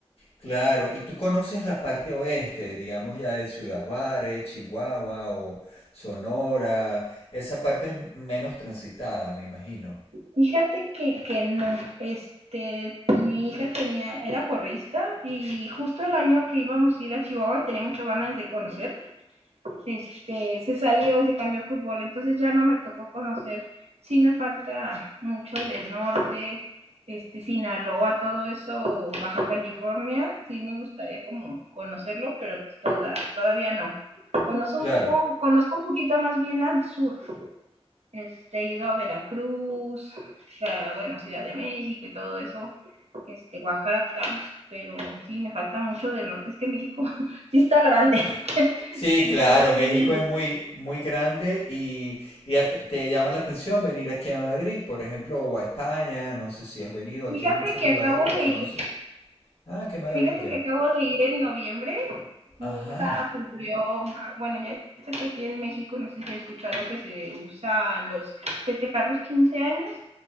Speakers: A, on the left (about 65°); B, on the right (about 75°).
A: Claro. Y tú conoces la parte oeste, digamos ya de Ciudad Juárez, Chihuahua o Sonora. Esa parte es menos transitada, me imagino.
B: Fíjate que, que no, este, mi hija tenía, era porrista y justo el año que íbamos a ir a Chihuahua tenía muchas ganas de conocer este, se salió y se cambió a fútbol, entonces ya no me tocó conocer, sí me falta mucho del norte, este, Sinaloa, todo eso, Baja California, sí me gustaría como conocerlo, pero toda, todavía no. Conozco
A: Claro.
B: un, poco, conozco un poquito más bien al sur, este, he ido a Veracruz, a, bueno, Ciudad de México y todo eso, este, Oaxaca, pero sí me falta mucho del norte, es que México <laughs> sí está grande, <laughs>
A: Sí,
B: sí
A: claro,
B: está muy
A: México
B: grande.
A: es muy, muy grande y, y a- te, te llama la atención venir aquí a Madrid, por ejemplo, o a España, no sé si has venido, aquí
B: Fíjate
A: hay muchos
B: que
A: lugares
B: acabo
A: por
B: de
A: conocer.
B: ir,
A: Ah, qué maravilla.
B: fíjate que acabo de ir en noviembre. Mi
A: Ajá.
B: hija cumplió, ah, bueno, ya sé que aquí en México, no sé si he escuchado que se usan los, festejar los 15 años,